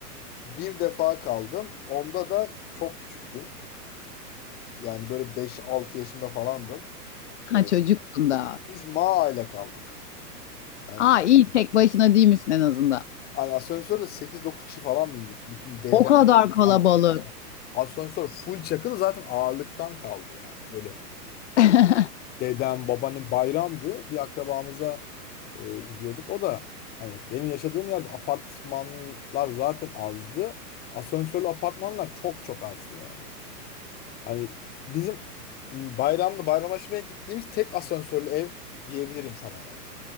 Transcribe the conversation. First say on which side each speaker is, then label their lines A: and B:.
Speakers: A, on the left (about 20°); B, on the left (about 45°).
A: Bir defa kaldım. Onda da çok küçüktüm. Yani böyle beş altı yaşımda falandım.
B: Ha
A: Ee,
B: çocuktun da.
A: biz Maa ile kaldık. Yani,
B: Aa iyi tek başına değil misin en azından?
A: hani asansörde sekiz dokuz kişi falan bindik. Bütün dedem.
B: O kadar kalabalık.
A: Yani asansör full çakılı zaten ağırlıktan kaldı yani. Böyle
B: <laughs>
A: dedem, babaannem bayramdı. Bir akrabamıza e, gidiyorduk. O da hani benim yaşadığım yerde apartmanlar zaten azdı. Asansörlü apartmanlar çok çok azdı yani. Hani bizim bayramda bayramlaşmaya gittiğimiz tek asansörlü ev diyebilirim sana yani.